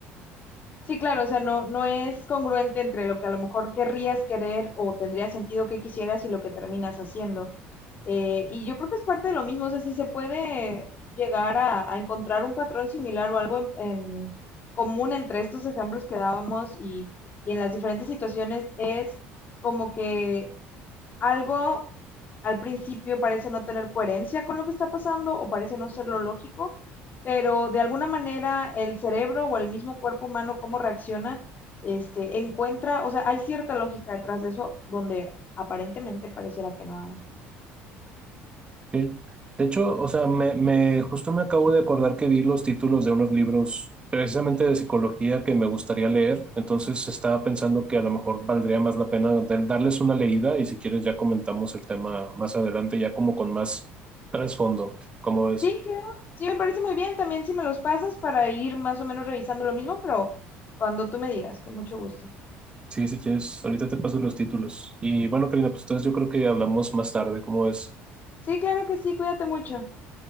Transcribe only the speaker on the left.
Sí, claro, o sea, no, no es congruente entre lo que a lo mejor querrías querer o tendría sentido que quisieras y lo que terminas haciendo. Eh, y yo creo que es parte de lo mismo, o sea, si se puede llegar a, a encontrar un patrón similar o algo en, en común entre estos ejemplos que dábamos y, y en las diferentes situaciones, es como que algo al principio parece no tener coherencia con lo que está pasando o parece no ser lo lógico, pero de alguna manera el cerebro o el mismo cuerpo humano, cómo reacciona, este, encuentra, o sea, hay cierta lógica detrás de eso donde aparentemente pareciera que no hay.
Sí, claro, sí, me parece muy bien también si me los pasas para ir más o menos revisando lo mismo, pero cuando tú me digas, con mucho gusto.
Sí, claro que sí, cuídate mucho.